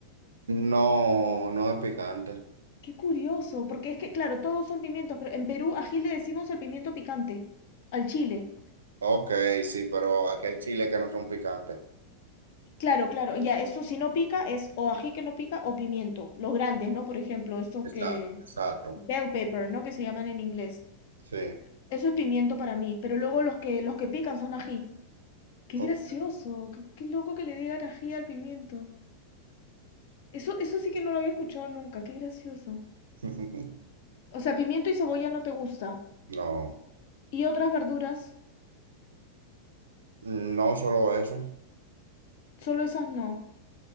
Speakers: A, on the right; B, on the left.
A: No, no es picante.
B: Qué curioso, porque es que, claro, todos son pimientos, pero en Perú ají le decimos al pimiento picante, al chile.
A: Ok, sí, pero aquí hay chiles que no son picantes.
B: Claro, claro, ya, eso si no pica es o ají que no pica o pimiento. Los grandes, ¿no? Por ejemplo, estos
A: Exacto,
B: que...
A: exacto.
B: Bell pepper, ¿no? Que se llaman en inglés.
A: Sí.
B: Eso es pimiento para mí, pero luego los que, los que pican son ají. Qué
A: O-
B: gracioso, qué, qué loco que le digan ají al pimiento. Eso, eso sí que no lo había escuchado nunca, qué gracioso.
A: <laughs>
B: O sea, pimiento y cebolla no te gusta.
A: No,
B: ¿Y otras verduras?
A: no solo eso.
B: Solo esas no.